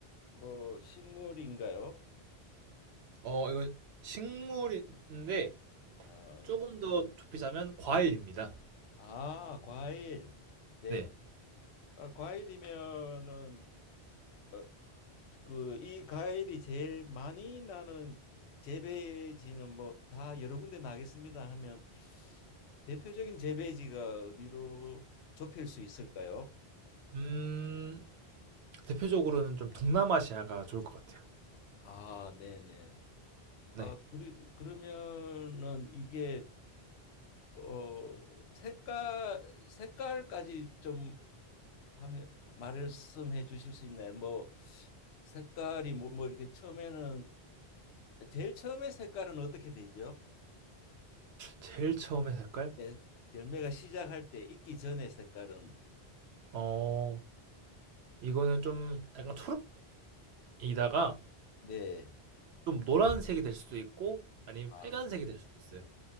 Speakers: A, on the left; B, on the right.
A: 뭐 식물인가요?
B: 어, 이건 식물인데
A: 어,
B: 조금 더 좁히자면 과일입니다.
A: 아, 과일. 네,
B: 네.
A: 아, 과일이면은 어, 그 이 과일이 제일 많이 나는 재배지는 뭐 다 여러 군데 나겠습니다 하면 대표적인 재배지가 어디로 좁힐 수 있을까요?
B: 음, 대표적으로는 좀 동남아시아가 좋을 것 같아요.
A: 아, 네네.
B: 네.
A: 아, 그리, 그러면은 이게 어 색깔 색깔까지 좀 하면 말씀해 주실 수 있나요? 뭐 색깔이 뭐, 뭐 이렇게 처음에는 제일 처음에 색깔은 어떻게 되죠?
B: 제일 처음에 색깔?
A: 예, 열매가 시작할 때 익기 전의 색깔은
B: 어, 이거는 좀 약간 초록색이다가
A: 네.
B: 좀 노란색이 될 수도 있고 아니면
A: 아,
B: 빨간색이 될 수도 있어요.